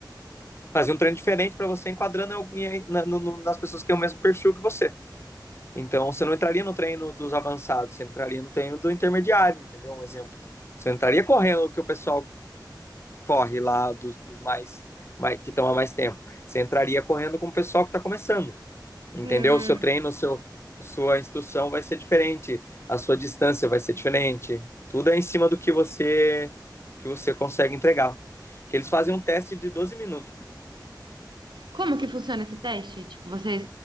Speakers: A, on the left (about 35°); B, on the right (about 80°).
A: fazer um treino diferente para você enquadrando em alguém- na- no- no- nas pessoas que têm o mesmo perfil que você. Então, você não entraria no treino dos avançados, você entraria no treino do intermediário, entendeu? Um exemplo. Você não entraria correndo o que o pessoal corre lá dos, dos mais, mais que estão há mais tempo. Você entraria correndo com o pessoal que está começando. Entendeu?
B: Hum.
A: O seu treino, o seu, sua instrução vai ser diferente, a sua distância vai ser diferente. Tudo é em cima do que você que você consegue entregar. Que eles fazem um teste de 12 minutos.
B: Como que funciona esse teste? Tipo, vocês.